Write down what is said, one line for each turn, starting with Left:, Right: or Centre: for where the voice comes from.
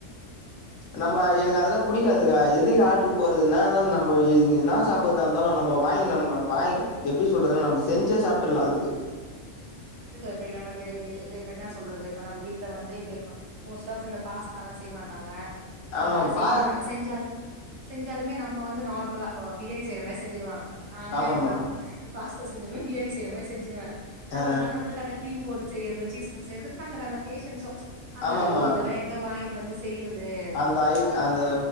Left: நம்ப
Right: பரவால்ல
Left: எனக்கு அதெல்லா புடிக்காது ஆ எதுக்கு ஆட்ரு போறதுனானால் நம்ப எ என்னா சாப்பற்தா இருந்தாலு நம்ப வாங்கி நம்ம வாங் எப்டி சொல்றதுனா நம்ம செஞ்சே சாப்ட்றலா அதுக்கு
Right: இப்ப இப்ப நம்ப இப்ப இப்ப என்ன சொல்றது இப்ப நம்ம வீட்ல வந்து இப்ப‌ எப்ப மோஸ்ட் ஆஃப் இந்த பாஸ்தால்லா செய்ய மாட்டாங்க அந்த
Left: ஆமா
Right: மார்லா
Left: பா
Right: செய் மாட்டாங்க செஞ்சாலும் செஞ்சாலுமே நம்ப வந்து நார்மலா இப்ப பிரியாணி செய்ற மாரி செஞ்சுருவாங்க நானுமே
Left: ஆமாமா
Right: அதுதா பாஸ்தா செஞ்சுருவே பிரியாணி செய்ற மாரி செஞ்சுருவே
Left: அ
Right: அவ்ளதா த கிரீம் போட்டு செய்யது சீஸ் போட்டு செய்யதுக்கு நம்ளுக்கு அந்த பேஷன்ஸு அந்த
Left: ஆமாமா
Right: ஐயோ இதெல்லா எங்க வாங்கிட்டு வந்து செய்யறது
Left: அந்த அயிட்
Right: அ
Left: அந்த
Right: ஆ